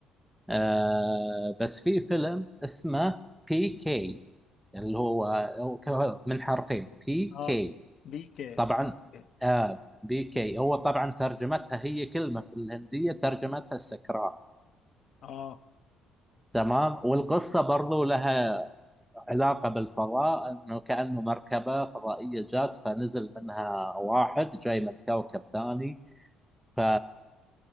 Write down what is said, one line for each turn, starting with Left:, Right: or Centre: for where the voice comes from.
Centre: آه بس في فيلم اسمه بي كي اللي هو هو ك- من حرفين بي
Left: اه
Centre: كي
Left: بيكي
Centre: طبعا
Left: اوكي
Centre: آه بي كي هو طبعا ترجمتها هي كلمة في الهندية ترجمتها السكران
Left: اه
Centre: تمام والقصة برضو لها علاقة بالفضاء انه كأنه مركبة فضائية جات فنزل منها واحد جاي من كوكب ثاني ف